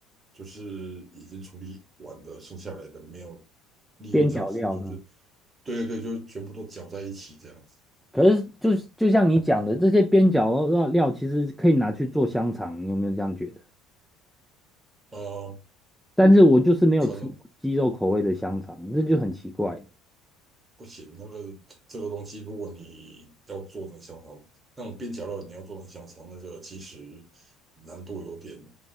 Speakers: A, on the right; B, in the centre.
A: 就是已经处理完的剩下来的没有利用价值，
B: 边角料呢？
A: 就是对对对，就是全部都搅在一起这样子。
B: 可是就就像你讲的，这些边角料料其实可以拿去做香肠，你有没有这样觉得？
A: 呃，
B: 但是我就是没有吃过鸡肉口味的香肠，
A: 可能
B: 这就很奇怪。
A: 不行，那个这个东西，如果你要做成香肠，那种边角料你要做成香肠，那个其实难度有点